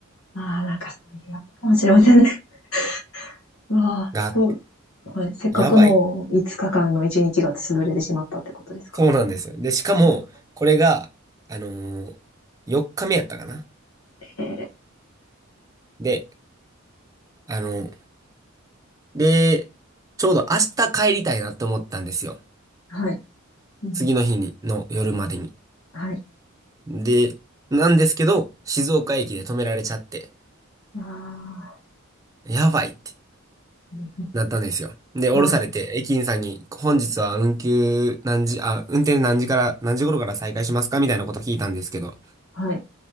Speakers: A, on the left; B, on the right.
A: ああ、なんかそういうのあったかもしれませんね。<laughs> うわあ、
B: があって、
A: どう、はい。せっかくの5日間の1日が潰れてしまったってことですか
B: やばい。そうなんですよ。で、しかも、
A: なるほ
B: これが、あのー、4日目やったかな。
A: ど。え
B: で、あので、ちょうど明日帰りたいなって思ったんですよ。
A: ーはい。うん、
B: 次の日に、の夜までに。
A: はい。
B: で、なんですけど、静岡駅で止められちゃって、
A: ああ、
B: やばいって
A: うんう
B: なったんですよ。で、降ろされて、
A: ん、はい、
B: 駅員さんに、本日は運休何時、あ、運転何時から、何時頃から再開しますかみたいなこと聞いたんですけど、
A: はい。